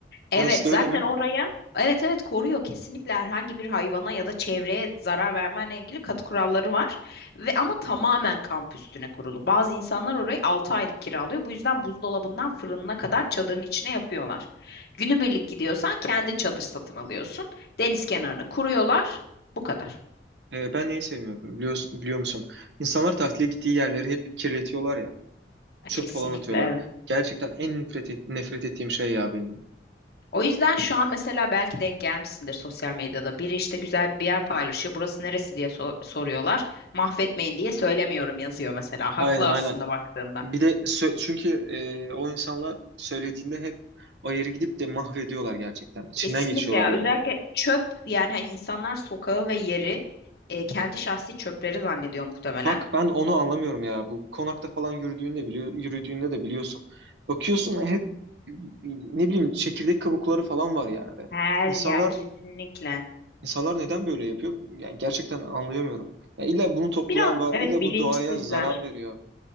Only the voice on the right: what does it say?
Orası da
öyle mi?
Ee, ben neyi sevmiyorum biliyorsun, biliyor musun? İnsanlar tatile gittiği yerleri hep kirletiyorlar ya.
Çöp
falan atıyorlar.
Gerçekten en nefret, et- nefret ettiğim şey ya benim.
Aynen
aynen.
Bir de sö- çünkü e, o insanlar söylediğinde hep o yeri gidip de mahvediyorlar gerçekten. İçinden
geçiyorlar
yere.
Bak ben onu anlamıyorum ya. Bu konakta falan yürüdüğünde biliyor, yürüdüğünde de biliyorsun. Bakıyorsun hep ne bileyim çekirdek kabukları falan var yerde.
İnsanlar
insanlar neden böyle yapıyor? Yani gerçekten anlayamıyorum. Ya illa bunu toplayan
var,
illa
bu doğaya zarar veriyor.